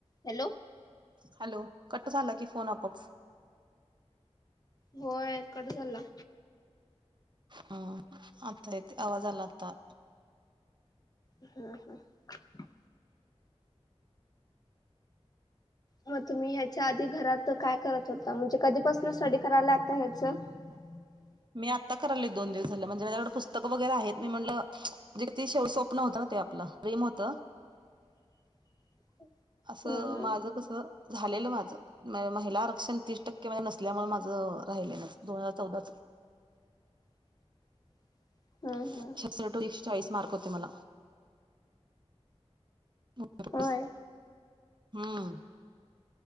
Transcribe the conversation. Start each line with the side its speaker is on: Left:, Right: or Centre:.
Left: Hello
Right: hello, cut झाला की phone आपच
Left: होय, कट झाला
Right: ह, आता येतो आवाज आला आता.
Left: हम्म, हम् मग तुम्ही ह्याच्या आधी घरात काय करत होता? म्हणजे, कधीपासून स्टडी करायला आता ह्याच. <unintelligible>
Right: मी आता कराली दोन दिवस झालं, म्हणजे माझ्याकडे पुस्तक वगैरे आहेत, मी म्हटलं, जे कि ते स्वप्न होतं ना, ते आपलं. प्रेम होतं?
Left: <unintelligible>
Right: असं
Left: हम्म
Right: माझं कस झालेलं माझं महिला आरक्षण तीस टक्के नसल्यामुळे माझं राहिलं दोन हजार चौदाच
Left: <unintelligible> हम्म
Right: <inaudible>
Left: हम्म
Right: चाळीस मार्क होते मला <inaudible>
Left: होय
Right: हम्म